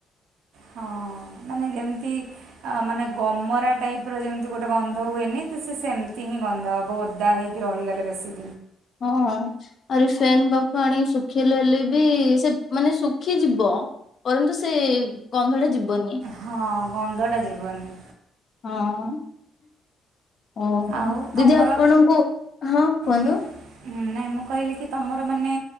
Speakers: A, on the left; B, on the right.
A: <inaudible>
B: ହଁ ମାନେ ଯେମିତି ଅ ମାନେ ଗମରା ଟାଇପ ର ଯେମିତି ଗୋଟେ ଗନ୍ଧ ହୁଏନି ତ ସେ ସେମିତି ହିଁ ଗନ୍ଧ ହେବ ଓଦା ହେଇକି ରହିଗଲେ ବେଶୀ
A: ହଁ ଆହୁରି ଫ୍ୟାନ ପାଖକୁ ଆଣି ଶୁଖେଇଲେ ହେଲେ ବି ସେ ମାନେ ଶୁଖିଯିବ। ପରନ୍ତୁ ସେ ଗନ୍ଧଟା ଯିବନି
B: ହଁ ଗନ୍ଧଟା ଜୀବନି
A: ହଁ। ଓ ଦିଦି
B: ଆଉ ତମର
A: ଆପଣଙ୍କୁ ହଁ କୁହନ୍ତୁ?
B: ଉଁ, ନାଇଁ ମୁଁ କହିଲି କି ତୁମର ମାନେ